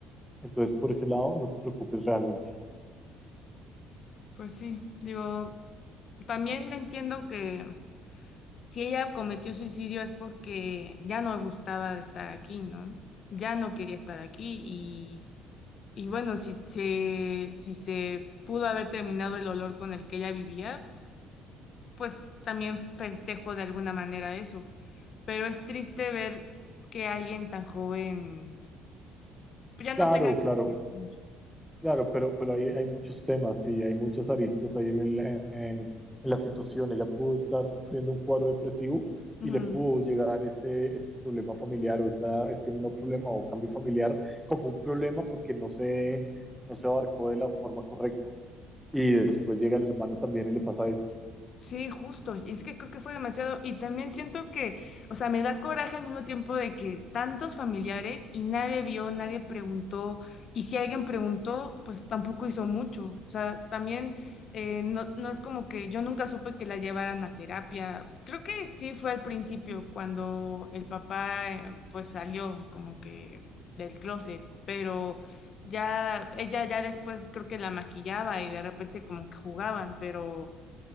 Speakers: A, in the centre; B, on the left (about 35°).
A: Entonces, por ese lado, no te preocupes realmente.
B: Pues sí, digo, también entiendo que si ella cometió suicidio es porque ya no le gustaba de estar aquí, ¿no? Ya no quería estar aquí y Y bueno, si se, si se pudo haber terminado el olor con el que ella vivía, pues también festejo de alguna manera eso. Pero es triste ver que alguien tan joven ya no
A: Claro,
B: tenga ganas
A: claro,
B: de vivir.
A: Claro, pero, pero hay, hay muchos temas y hay muchas aristas ahí en, el, en, en la situación. Ella pudo estar sufriendo un cuadro depresivo
B: Ujú.
A: y le pudo llegar este, este problema familiar o esta, este no problema o cambio familiar como un problema porque no se, no se abarcó de la forma correcta. Y después llega el hermano también y le pasa esto.
B: Sí, justo. Y es que creo que fue demasiado. Y también siento que, o sea, me da coraje al mismo tiempo de que tantos familiares y nadie vio, nadie preguntó. Y si alguien preguntó, pues tampoco hizo mucho. O sea, también eh, no, no es como que yo nunca supe que la llevaran a terapia. Creo que sí fue al principio cuando el papá eh, pues salió como que del closet, pero ya ella ya después creo que la maquillaba y de repente como que jugaban, pero